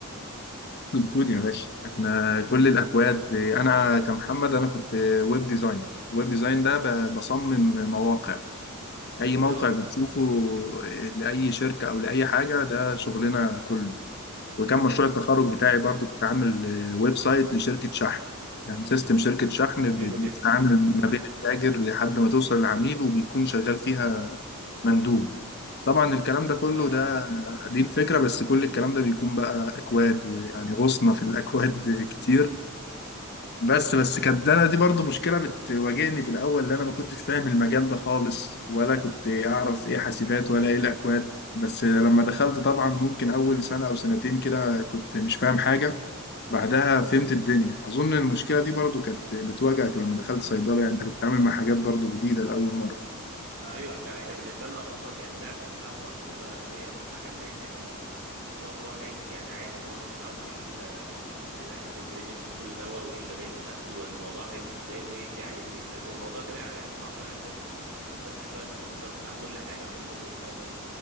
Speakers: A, on the left; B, on the right.
A: الكود يا باشا احنا كل الاكواد انا كمحمد انا كنت ويب ديزاين ويب ديزاين ده ب- بصمم مواقع اي موقع
B: اه
A: بتشوفه آه، لاي شركه او لاي حاجه ده شغلنا كله وكان مشروع التخرج بتاعي برضو كنت عامل آه، ويب سايت لشركه شحن يعني سيستم شركه شحن
B: حلو جدا
A: بتتعامل ما بين التاجر لحد ما توصل للعميل وبيكون شغال فيها مندوب طبعا الكلام ده كله
B: اه
A: ده
B: اه
A: دي الفكره بس كل الكلام ده بيكون بقى اكواد ويعني غصنا في الاكواد <laughs> كتير بس بس كانت انا دي برضو مشكله بتواجهني في الاول اللي انا ما كنتش فاهم المجال ده خالص ولا كنت اعرف ايه حاسبات ولا ايه الاكواد بس لما دخلت طبعا ممكن اول سنه او سنتين كده كنت مش فاهم حاجه بعدها فهمت الدنيا اظن المشكله دي برضو كانت بتواجهك لما دخلت صيدله يعني انت كنت بتتعامل مع حاجات برضو جديده لاول مره
B: آه، ايوه احنا احنا بالنسبه لنا اصلا يعني انا كنت فاهم على الصيدله ادويه وحاجات زي كده و... والموضوع هيمشي يعني عادي ان هو بس تعرف ايه ال- الاكتف انجريدينت لكل دواء وايه البدائل بتاعته والموضوع هيمشي ازاي وايه اللي بيعالج ايه لكن الموضوع طلع يعني معقد عن كده بكتير يعني احنا بندرس بقى الاستراكشر بتاع كل حاجه من الاول خالص